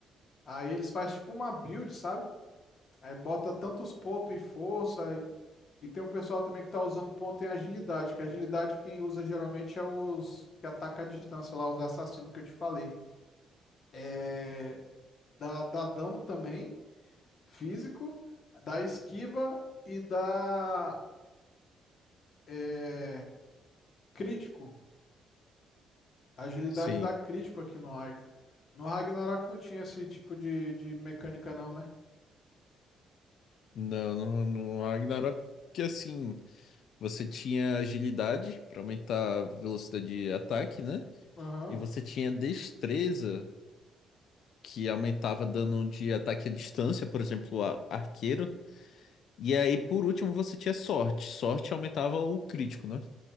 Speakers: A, on the left; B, on the left.
A: Aí eles fazem tipo uma build, sabe? Aí bota tantos pontos em força. E, e tem um pessoal também que tá usando ponto em agilidade, que agilidade quem usa geralmente é os que ataca à distância lá, os assassinos que eu te falei. É, dá, dá dano também, físico, dá esquiva e dá é, crítico. Agilidade
B: Sim.
A: dá crítico aqui no Aika. No Ragnarok não tinha esse tipo de, de mecânica, não, né?
B: Não, no, no Ragnarok, que assim, você tinha agilidade pra aumentar a velocidade de ataque, né?
A: Aham,
B: E você tinha destreza que aumentava dano de ataque à distância, por exemplo, a- arqueiro. E
A: sim.
B: aí, por último, você tinha sorte. Sorte aumentava o crítico, né?